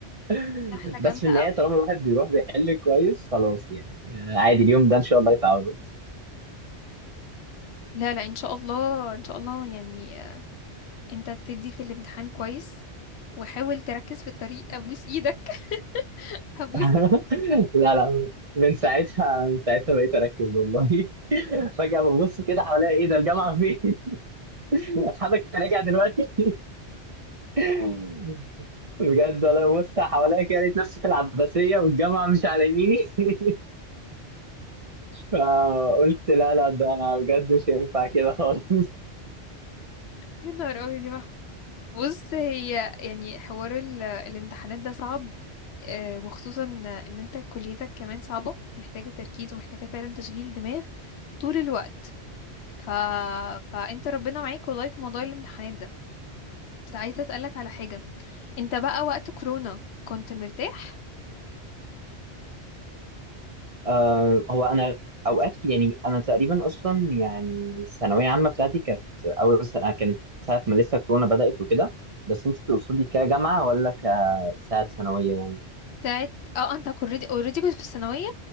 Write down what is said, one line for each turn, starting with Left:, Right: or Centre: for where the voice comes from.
Right: <laughs>
Left: سحلة جامدة
Right: بس في النهايه
Left: أوي
Right: طالما الواحد بيروح بيحل كويس خلاص يعني آه، عادي اليوم ده ان شاء الله يتعود
Left: لا لا إن شاء الله إن شاء الله يعني آه، أنت تدي في الامتحان كويس وحاول تركز في الطريق أبوس إيدك <laughs> أبوس
Right: <laughs> لا لا من ساعتها من ساعتها بقيت اركز والله <laughs> فجاه ببص كده حواليا ايه ده الجامعه فين <laughs> حضرتك راجع دلوقتي <laughs> بجد والله ببص حواليا كده لقيت نفسي في العباسيه والجامعه مش على يميني <laughs> فقلت لا لا ده انا بجد مش هينفع كده خالص
Left: يا نهار أبيض يا محمود بص هي يعني حوار ال- الامتحانات ده صعب آه، وخصوصا ان انت كليتك كمان صعبة محتاجة تركيز ومحتاجة فعلا تشغيل دماغ طول الوقت ف... فانت ربنا معاك والله في موضوع الامتحانات ده بس عايزة اسألك على حاجة انت بقى وقت كورونا كنت مرتاح
Right: آه هو انا اوقات يعني انا تقريبا اصلا يعني الثانويه عامه بتاعتي كانت اول سنه آه، كانت ساعه ما لسه كورونا بدات وكده بس انت تقصدي كجامعه ولا كساعه ثانويه يعني
Left: بتاعت اه انت اوريدي اوريدي كنت في الثانوية